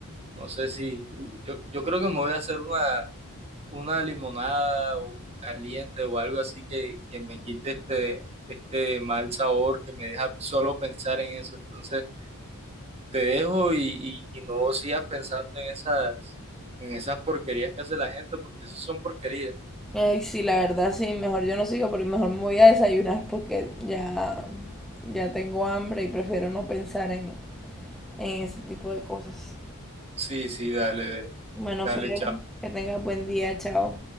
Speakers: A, on the right (about 25°); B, in the centre.
A: No sé si, yo, yo creo que me voy a hacer una una limonada o- caliente o algo así que, que me quite este, este mal sabor que me deja solo pensar en eso. Entonces te dejo y, y, y no sigas pensando en esas, en esas porquerías que hace la gente, porque eso son porquerías.
B: Ay, sí, la verdad, sí, mejor yo no sigo, porque mejor me voy a desayunar porque ya, ya tengo hambre y prefiero no pensar en, en ese tipo de cosas.
A: Sí, sí, dale, dale,
B: Bueno,
A: dale,
B: Fred,
A: chao.
B: que tengas buen día, chao.